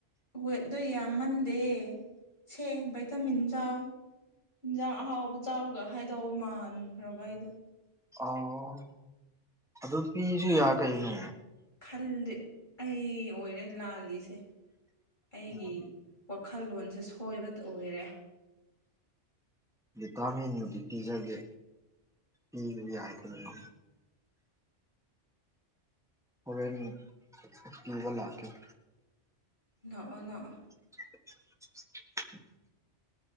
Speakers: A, on the left (about 40°); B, in the centre.
A: ꯋꯦꯠꯇꯗꯣ ꯌꯥꯝꯃꯟꯗꯦ ꯁꯦ ꯚꯩꯇꯥꯃꯤꯟ ꯆꯥꯎ ꯍꯤꯟꯖꯥꯡ ꯑꯍꯥꯎꯕ ꯆꯥꯎꯒ ꯍꯥꯏꯗꯧ ꯃꯥꯟꯈ꯭ꯔꯕ ꯑꯩꯗꯣ
B: ꯑꯣ ꯑꯗꯨ ꯄꯤꯁꯨ ꯌꯥ ꯀꯩꯅꯣ
A: ꯍꯜꯗꯤ ꯑꯩ ꯑꯣꯏꯔꯦ ꯂꯥꯜꯂꯤꯁꯦ ꯑꯩꯒꯤ
B: ꯎꯝ
A: ꯋꯥꯈꯜꯂꯣꯟꯁꯦ ꯁꯣꯏꯕꯇ ꯑꯣꯏꯔꯦ
B: ꯚꯤꯇꯥꯃꯤꯟꯕꯨꯗꯤ ꯄꯤꯖꯒꯦ ꯄꯤꯕ ꯌꯥꯏ ꯀꯔꯤꯅꯣ ꯍꯣꯔꯦꯟ ꯄꯤꯕ ꯂꯥꯛꯀꯦ
A: ꯂꯥꯛꯑꯣ ꯂꯥꯛꯑꯣ
B: <unintelligible>